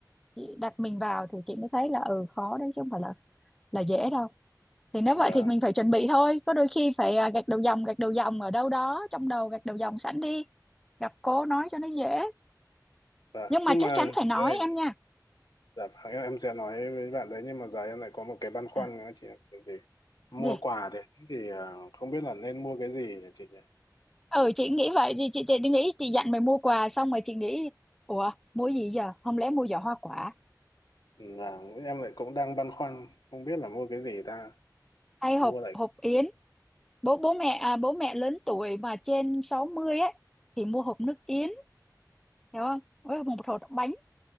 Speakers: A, in the centre; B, on the left.
A: chị đặt mình vào thì chị mới thấy là ừ khó đấy chứ không phải là là dễ đâu thì nếu
B: và
A: vậy thì mình phải chuẩn bị thôi có đôi khi phải à, gạch đầu dòng gạch đầu dòng ở đâu đó trong đầu gạch đầu dòng sẵn đi gặp cô nói cho nó dễ
B: và
A: nhưng mà
B: nhưng
A: chắc
B: mà
A: chắn phải
B: chị
A: nói
B: ơi
A: em nha
B: Dạ vâng, em em sẽ nói với bạn đấy nhưng mà giờ em lại có một cái băn khoăn
A: à,
B: nữa chị ạ. thì mua
A: gì
B: quà đấy thì à, không biết là nên mua cái gì nhỉ chị nhỉ?
A: ừ chị nghĩ vậy thì chị thì nghĩ chị dặn mày mua quà xong rồi chị nghĩ ủa mua gì giờ không lẽ mua giỏ hoa quả
B: Là em lại cũng đang băn khoăn không biết là mua cái gì ta.
A: hay
B: Mua
A: hộp
B: lại
A: hộp yến bố bố mẹ à, bố mẹ lớn tuổi mà trên 60 ấy thì mua hộp nước yến hiểu không với một hộp bánh